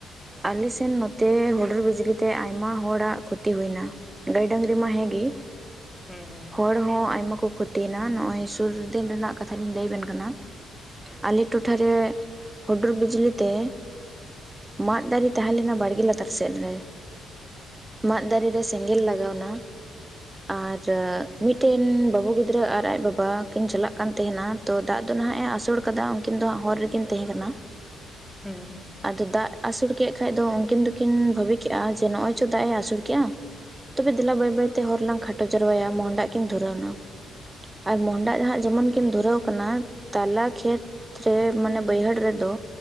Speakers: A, on the right (about 15°); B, in the centre.
A: ᱟᱞᱮᱥᱮᱱ ᱱᱚᱛᱮ ᱦᱩᱰᱩᱨ ᱵᱤᱡᱽᱞᱤ ᱛᱮ ᱟᱭᱢᱟ ᱦᱚᱲᱟᱜ ᱠᱷᱚᱛᱤ ᱦᱩᱭᱮᱱᱟ ᱜᱟᱹᱭ ᱰᱟᱝᱨᱤ ᱢᱟ ᱦᱮᱸ ᱜᱮ
B: ᱦᱩᱸ ᱦᱩᱸ
A: ᱦᱚᱲ ᱦᱚᱸ ᱟᱭᱢᱟ ᱠᱚ ᱠᱷᱚᱛᱤᱭᱮᱱᱟ ᱱᱚᱜᱼᱚᱭ ᱥᱩᱨ ᱫᱤᱱ ᱨᱮᱱᱟᱜ ᱠᱟᱛᱷᱟ ᱞᱤᱧ ᱞᱟᱹᱭ ᱟᱵᱮᱱ ᱠᱟᱱᱟ ᱟᱞᱮ ᱴᱚᱴᱷᱟᱨᱮ ᱦᱩᱰᱩᱨ ᱵᱤᱡᱽᱞᱤ ᱛᱮ ᱢᱟᱫ ᱫᱟᱨᱮ ᱛᱟᱦᱮᱸ ᱞᱮᱱᱟ ᱵᱟᱲᱜᱮ ᱞᱟᱛᱟᱨ ᱥᱮᱫ ᱨᱮ ᱢᱟᱸᱫ ᱫᱟᱨᱮᱨᱮ ᱥᱮᱸᱜᱮᱞ ᱞᱟᱜᱟᱣᱱᱟ ᱟᱨ ᱢᱤᱫᱴᱮᱱ ᱵᱟᱹᱦᱩ ᱜᱤᱫᱽᱨᱟᱹ ᱟᱨ ᱟᱡ ᱵᱟᱵᱟ ᱠᱤᱱ ᱪᱟᱞᱟᱜ ᱠᱟᱱ ᱛᱟᱦᱮᱱᱟ ᱛᱚ ᱫᱟᱜ ᱫᱚ ᱱᱟᱦᱟᱜ ᱮ ᱟᱹᱥᱩᱞ ᱟᱠᱟᱫᱟ ᱩᱱᱠᱤᱱ ᱫᱚ ᱦᱟᱜ ᱦᱚᱨ ᱨᱮᱠᱤᱱ ᱛᱟᱦᱮᱸ ᱠᱟᱱᱟ
B: ᱦᱩᱸ
A: ᱟᱫᱚ ᱫᱟᱜ ᱟᱹᱥᱩᱲ ᱠᱮᱫ ᱠᱷᱟᱡ ᱫᱚ ᱩᱱᱠᱤᱱ ᱫᱚᱠᱤᱱ ᱵᱷᱟᱵᱤ ᱠᱮᱼᱟ ᱡᱮ ᱱᱚᱜᱚᱭ ᱪᱚ ᱫᱟᱜ ᱮ ᱟᱹᱥᱩᱲ ᱠᱮᱼᱟ ᱛᱚᱵᱮ ᱫᱮᱞᱟ ᱵᱟᱹᱭᱼᱵᱟᱹᱭᱛᱮ ᱦᱚᱨᱞᱟᱝ ᱠᱷᱟᱴᱚ ᱡᱟᱣᱟᱭᱟ ᱢᱚᱦᱰᱟᱜ ᱠᱤᱱ ᱫᱷᱩᱨᱟᱹᱣ ᱮᱱᱟ ᱟᱨ ᱢᱚᱦᱰᱟ ᱞᱟᱦᱟᱸᱜ ᱡᱮᱢᱚᱱᱤᱢ ᱠᱤ ᱫᱷᱩᱨᱟᱹᱣ ᱚᱱᱟ ᱛᱟᱞᱟ ᱠᱷᱮᱛ ᱨᱮ ᱢᱟᱱᱮ ᱵᱟᱹᱭᱦᱟᱹᱲ ᱨᱮᱫᱚ